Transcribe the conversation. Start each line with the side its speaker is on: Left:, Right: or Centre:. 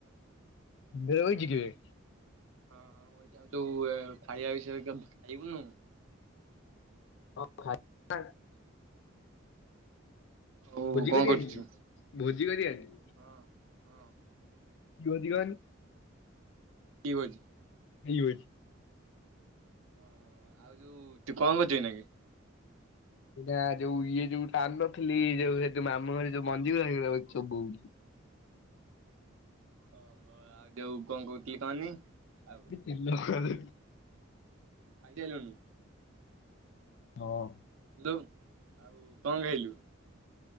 Left: ଭିଡ଼ ହେଇଚି କି ବେ
Right: ହଁ ହଁ ଅଇକା ଆଉ ତୁ ଖାଇବା ବିଷୟରେ କେମତି ଖାଇବୁନୁ।
Left: <unintelligible>
Right: ଆଉ
Left: ଭୋଜି
Right: କଣ
Left: କରିଆନି
Right: କରୁଛୁ?
Left: କି ଭୋଜି କରିଆନି
Right: ହଁ ହଁ
Left: କି ଭୋଜି କନି
Right: କି ଭୋଜି?
Left: <unintelligible>
Right: ଓ ଆଉ ଯୋଉ ତୁ କଣ କରୁଚୁ ଅଇନକେ
Left: ଏ ଯୋଉ ଇଏ ଯୋଉ ଟା ଆନଥିଲି ଯୋଉ ମାମୁଁ ଘରେ ଯୋଉ ମଞ୍ଜିଗୁରା ଶେଗୁରା ବସି ଚୋବଉଚି।
Right: ଓହୋ ଆଉ ଯୋଉ କଣ କହୁଥିଲି କହନି। ଆଉ
Left: <unintelligible>
Right: ଖାଇସାଇଲୁନୁ
Left: ହଁ
Right: ହ୍ୟାଲୋ କଣ ଖାଇଲୁ?